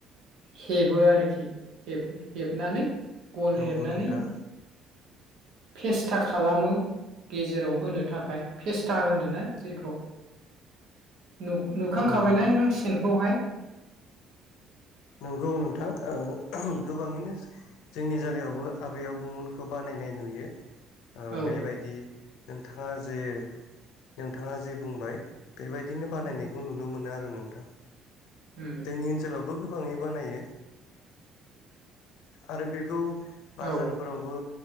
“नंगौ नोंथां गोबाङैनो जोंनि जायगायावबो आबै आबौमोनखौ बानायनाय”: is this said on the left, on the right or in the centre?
Left